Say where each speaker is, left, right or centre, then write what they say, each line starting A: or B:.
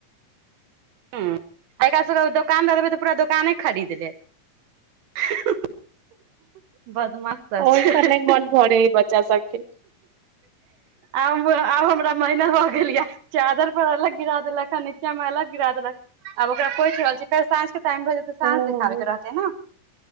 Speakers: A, on the right; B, on the right.
A: हाँ आ एकरा सब के दोकान द देबै तऽ पूरा दोकाने खरीद लेत बदमाश सब
B: ओहिसँ
A: छै
B: नहि मन भरे है बच्चा सबके
A: आब आब हमरा महीना भ गेल या चादर पर अलग गिरा देलक हा नीच्चाँ में अलग गिरा देलक ह आब ओकरा पोछि रहल छी फेर साँझ के टाइम भऽ जेतै साँझ
B: हँ
A: देखाबै के रहतै ने